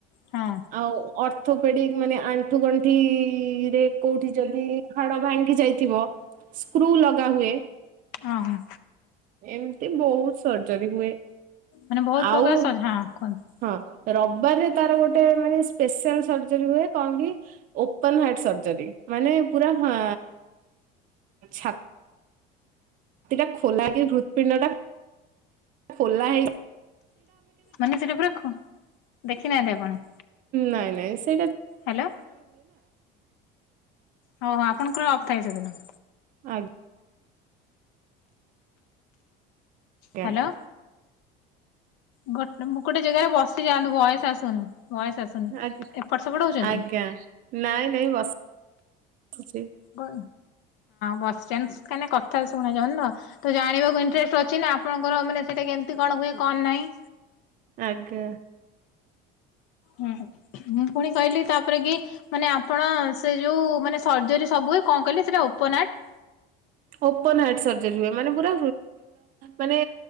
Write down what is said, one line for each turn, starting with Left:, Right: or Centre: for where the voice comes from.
Left: ହଁ।
Right: ଆଉ ଅର୍ଥୋପେଡିକ ମାନେ ଆଣ୍ଠୁ ଗଣ୍ଠିରେ କୋଉଠି ଯଦି ହାଡ ଭାଙ୍ଗି ଯାଇଥିବ ସ୍କ୍ରୁ ଲଗା ହୁଏ।
Left: ଅ ହଁ।
Right: ଏମିତି ବହୁତ ସର୍ଜରୀ ହୁଏ।
Left: ମାନେ ବହୁତୁ
Right: ଆଉ
Left: ପ୍ରକାର ସଜ ହଁ କୁହନ୍ତୁ।
Right: ହଁ ରବିବାରରେ ତାର ଗୋଟେ ମାନେ ସ୍ପେଶାଲ ସର୍ଜରୀ ହୁଏ କଣ କି ଓପନ ହାର୍ଟ ସର୍ଜରୀ ମାନେ ପୁରା ହା ଛା ତିଟା ଖୋଲା କି ହୃଦପିଣ୍ଡ ଟା ଖୋଲା ହେଇ
Left: ମାନେ ସେଟା ପୁରା ଖ ଦେଖିନାହାନ୍ତି ଆପଣ?
Right: ନାଇଁ ନାଇଁ ସେଟା
Left: ହ୍ୟାଲୋ ହୁଁ ଓଃ ପଣଙ୍କର ଅଥାଇ ଯୋଜନା।
Right: ଆଗ୍ ଆଜ୍ଞା
Left: ହ୍ୟାଲୋ। ଗୋଟ ମୁଁ ଗୋଟେ ଜାଗାରେ ବସି ଯାଆନ୍ତୁ ଭୟସ ଆସୁନୁ ଭାୟସ ଆସୁନି
Right: ଆଜ୍ଞା
Left: ଏପଟ ସେପଟ ହଉଛନ୍ତି।
Right: ଆଜ୍ଞା ନାଇଁ ନାଇଁ ବସ ସିଛି
Left: କ ହଜବେଣ୍ଡେ ମାନେ କଥା ଶୁଣୁଛନ୍ତି ତ ତ ଜାଣିବାକୁ ଇଣ୍ଟରେଷ୍ଟ ଅଛି ନା ଆପଣଙ୍କ ମାନେ ସେଇଟା କେମିତି କଣ ହୁଏ କଣ ନାହିଁ
Right: ଆଜ୍ଞା
Left: ହୁଁ ମୁଁ ପୁଣି କହିଲି ତାପରେ କି ମାନେ ଆପଣ ସେ ଯୋଉ ମାନେ ସର୍ଜରୀ ସବୁ ହୁଏ କଣ କହିଲେ ସେଟା ଓପନଟ
Right: ଓପନ ହାର୍ଟ ସର୍ଜରୀ ହୁଏ ମାନେ ପୁରା ମାନେ